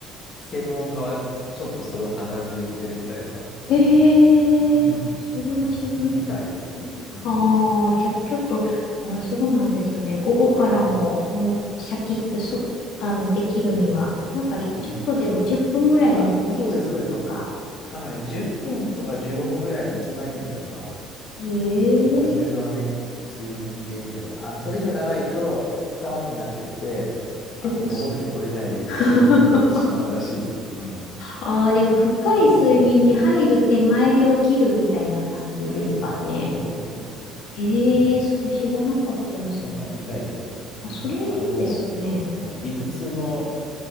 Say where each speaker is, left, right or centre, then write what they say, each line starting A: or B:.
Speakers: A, on the left; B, on the left.
A: 専門家はちょっとそれを必ず言ってるみたいだから。
B: ええそれは知らなか
A: うん。みたいですよ。うん。
B: ああ、じゃあちょっと、あ、そうなんですね。午後からも、
A: うん。
B: もうシャキッとそ、あの、できるには、なんかちょっとでも10分ぐらいでも目つぶるとか。
A: うん。あ、そうです、そうです。なんかね、10分とか15分ぐらいが一番いいみたい、その、
B: ええ
A: お昼のね、睡眠という意味では。あの、それ以上長いと深くなってって、
B: 熟睡。
A: あの、戻ってこれない
B: <laughs>
A: <laughs> 睡眠になってしまうらしいですよ。うん。
B: ああ、でも深い睡眠に入る手前で起きるみたいな感じですかね。
A: そうそうそう。うん、そうそうそうそう。
B: ええそれ知らなかったですね。
A: なんか見たいです。
B: あ、
A: うん、
B: それいいですね。
A: あのうん理屈の